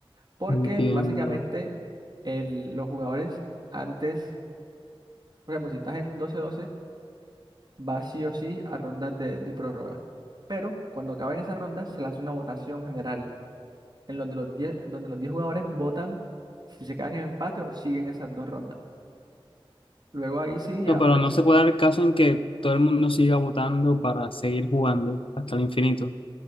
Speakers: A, on the right; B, on the left.
A: Porque
B: Entiendo.
A: básicamente el- los jugadores antes, por ejemplo, si estás en doce doce va sí o sí a rondas de, de prórroga. Pero cuando acaben esas rondas, se lanza una votación general en los de los 10 en donde los 10 jugadores votan si se quedan en empate o siguen esas dos rondas. Luego ahí sí, ya
B: No, Pero
A: pues,
B: no se puede dar el caso en que todo el mundo siga votando para seguir jugando hasta el infinito.